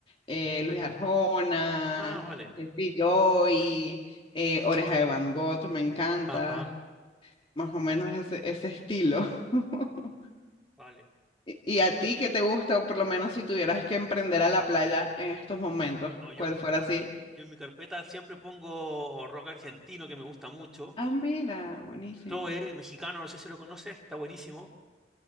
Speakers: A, on the left (about 30°); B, in the centre.
A: Eh, Luis Arjona,
B: Ah, vale.
A: Jesse Joy, eh, Oreja de Van Gogh, me encanta.
B: Ajá,
A: Más o menos ese, ese estilo. <laughs>
B: vale.
A: ¿Y y a ti qué te gusta? O por lo menos si tuvieras que emprender a la playa en estos momentos,
B: No, yo
A: ¿cuál
B: en mi,
A: fuera
B: yo,
A: así?
B: en- yo en mi carpeta siempre pongo rock argentino, que me gusta mucho.
A: Ah, mira, buenísimo.
B: Zoe, mexicano, no sé si lo conoces, está buenísimo.